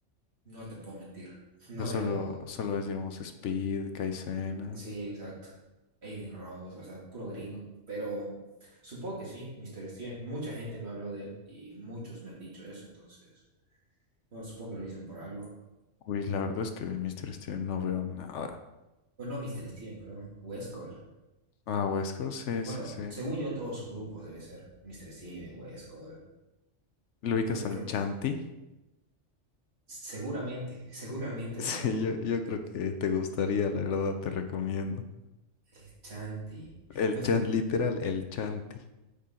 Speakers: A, on the right; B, on the left.
A: no te puedo mentir, <laughs> no
B: Ya solo,
A: veo,
B: solo es, digamos, Speed, Kaizenat.
A: sí, exacto, Aiden Rose, o sea, puro gringo, pero supongo que sí, Mr. Steven, mucha gente me ha hablado de él y muchos me han dicho eso, entonces, bueno, supongo que lo dicen por algo,
B: Uy, la verdad es que de Mr. Steven no veo nada.
A: bueno, no Mr. Steven, perdón, Wes Cole,
B: Ah, Westcol, sí,
A: bueno,
B: sí, sí.
A: según yo todo su grupo debe ser Mr. Steven, Wes Cole,
B: ¿Lo ubicas
A: porque
B: al
A: creo
B: Chanti?
A: que es,
B: <laughs>
A: seguramente, <laughs> seguramente,
B: Sí,
A: pero...
B: yo, yo creo que te gustaría, la verdad, te recomiendo.
A: El Chanti.
B: El
A: ¿No es
B: Chant,
A: el...
B: literal, el Chanti.